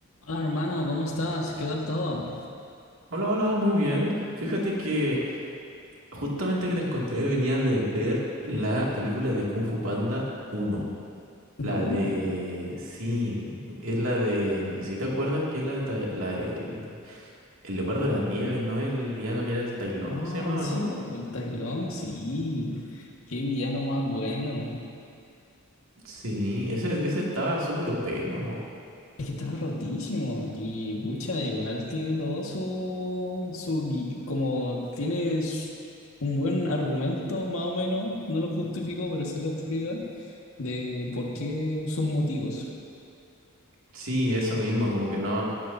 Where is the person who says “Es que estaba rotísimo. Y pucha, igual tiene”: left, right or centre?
Left